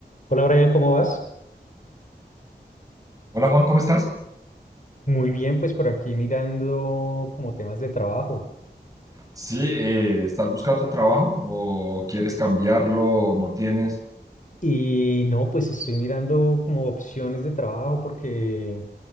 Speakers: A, on the left (about 45°); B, on the right (about 20°).
A: Hola Brian, ¿cómo vas?
B: Hola Juan, ¿cómo estás?
A: Muy bien, pues por aquí mirando como temas de trabajo.
B: Sí, eh, ¿estás buscando trabajo o quieres cambiarlo o no tienes?
A: Y no, pues estoy mirando como opciones de trabajo porque